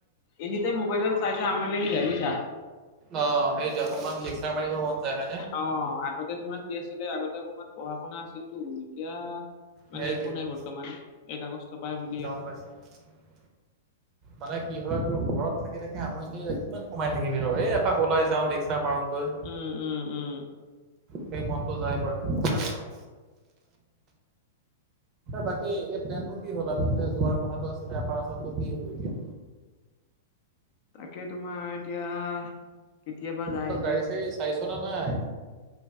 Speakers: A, on the left; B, on the right.
A: এনি টাইম মোবাইলদাল চাই, চাই, আমনি লাগি যায়, বুজিছা।
B: অ, সেইটোৱে, অকণমান লেকচাৰ মাৰিব মন যায় হয়নে।
A: অ, আগতে তোমাৰ কি আছিলে। আগতে, অকণমান পঢ়া-শুনা আছিলতো। এতিয়া, মানে,
B: সেইটোৱে
A: একো
B: সেইটোৱে,
A: নাই। বৰ্তমান, এক আগষ্ট পা হে
B: <unintelligible> মানে কি হয়, তোৰ ঘৰত থাকে থাকে, আমনি লাগি যায়। কিমান সোমাই থাকিবি ৰ এ পাক ওলাই যাওঁ। লেকচাৰ মাৰোগৈ।
A: উম, উম, উম।
B: সেই, মনটো যায় বাৰু। সেইটো সচাঁ কথা। বাকী, এই প্লেনটো কি হ'ল? আমি যোৱাৰ কথাটো আছিলে। আপাৰ আছামটো কি হ'ব এতিয়া।
A: তাকে, তোমাৰ এতিয়া কেতিয়াবা যায়
B: তই,
A: সিহঁতে
B: গাড়ী-চাড়ী চাইছনে নাই?